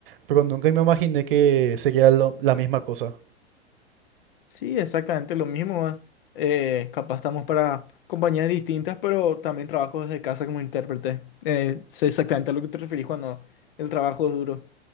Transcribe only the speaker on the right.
pero nunca me imaginé que sería lo- la misma cosa.